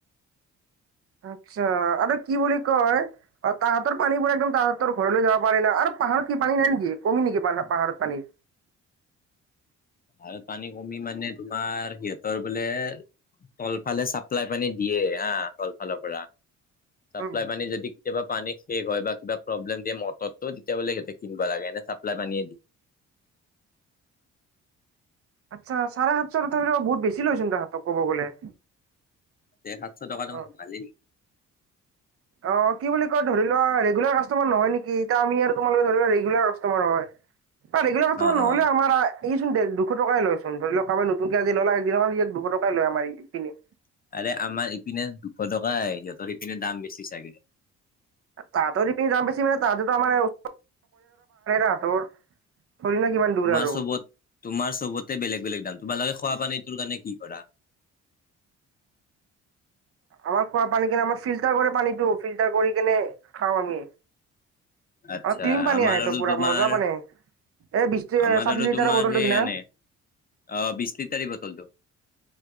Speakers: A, on the right (about 50°); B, on the left (about 30°).
A: আচ্ছা আৰু কি বুলি কয় অ', তাহঁতৰ পানীবোৰ একদম তাহাঁতৰ ঘৰলৈ যাব পাৰি না, আৰু পাহাৰত কি পানী নাই নেকি? কমি নেকি পা- পাহাৰত পানী।
B: পাহাৰত পানী কমি মানে তোমাৰ সিহঁতৰ বোলে তলফালে চাপ্লাই পানী দিয়ে হা, তলফালৰ পৰা চাপ্লাই
A: উম
B: পানী যদি কেতিয়াবা পানী শেষ হয় বা কিবা প্ৰব্লেম দিয়ে মটৰটোত তেতিয়া বোলে সিহঁতে কিনিব লাগে, এনে চাপ্লাই পানীয়েই।
A: আচ্ছা চাৰে সাতশ তথাপিও বহুত বেছি লৈছিল তাহাতক কব গ'লে।
B: তে সাতশ টকা ত
A: অ
B: মান লাগেই।
A: অ', কি বুলি কয় ধৰি লোৱা ৰেগুলাৰ কাষ্টমাৰ নহয় নেকি, এ আমি আৰু তোমালোকে ধৰি লোৱা কাষ্টমাৰ হয় বা ৰেগুলাৰ
B: অ
A: নহলেও
B: অ
A: আমা এই চোন দে দুশ টকাই লয় চোন, ধৰি লোৱা কাবাৰ নতুনকে আজি ল'লে একনৰ ই দুশ টকাই লয় আমাৰ ইখিনি।
B: আৰে আমাৰ ইপিনে দুশ টকাই সিহঁতৰ ইপিনে দাম বেছি চাগে।
A: তাঁতৰ <unintelligible> যাম পাইছি মানে তাঁতেতো আমাৰ <unintelligible> দূৰ
B: তোমাৰ
A: আৰু
B: চবত তোমাৰ চবতে বেলেগ বেলেগ দান তোমাৰালোকে খোৱা প <unintelligible> কাৰণে কি কৰা
A: আমাৰ খোৱা পানী কেনে আমাৰ ফিল্টাৰ কৰে পানীটো ফিল্টাৰ কৰি কেনে খাওঁ আমি
B: আচ্ছা
A: অ ক্লন পানী
B: আমাৰ
A: আহ
B: আৰু
A: ত পুৰা
B: তোমাৰ
A: মজা পানী এই বিশ
B: আমাৰ
A: ষাঠি
B: আৰু
A: লিটাৰৰ
B: তোমাৰ
A: বটলটো
B: সেই
A: কি না
B: আনে অ বিশছ লিটাৰি বটলটো